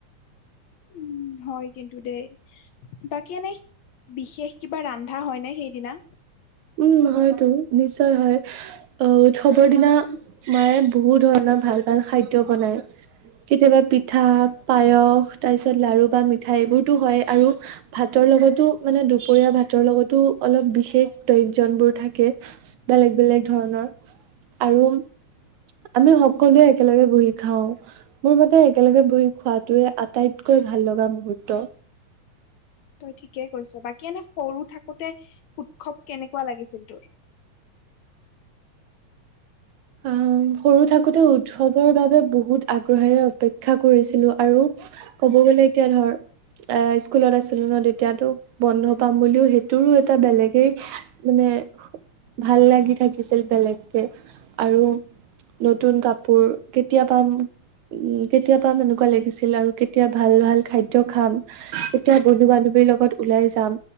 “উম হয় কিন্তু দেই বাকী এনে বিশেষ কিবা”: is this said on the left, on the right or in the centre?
Left